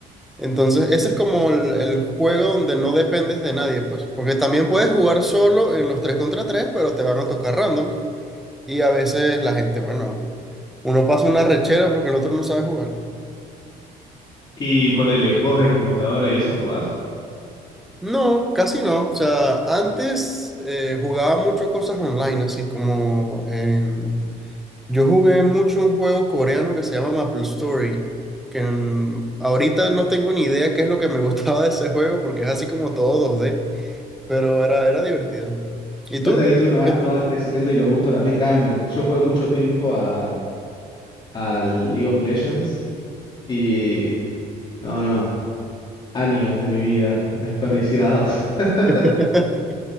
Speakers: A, in the centre; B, on the left.
A: Entonces, ese es como el, el juego donde no dependes de nadie, pues, porque también puedes jugar solo en los 3 contra 3, pero te van a tocar randoms y a veces la gente, bueno, uno pasa una rechera porque el otro no sabe jugar.
B: Y ponele, ¿juegos de computadora y eso jugás?
A: No, casi no. O sea, antes eh, jugaba mucho cosas online, así como em, yo jugué mucho un juego coreano que se llama Maple Story, que mm, ahorita no tengo ni idea qué es lo que me <laughs> gustaba de ese juego porque es así como todo dos d pero era, era divertido. ¿Y
B: Y pasa
A: tú?
B: que, viste, uno va,
A: ¿Qué te-
B: uno va creciendo y los gustos también cambian. Yo jugué mucho tiempo a, al League of Legends y... No, no. Años de mi vida desperdiciados. <laughs>
A: <laughs>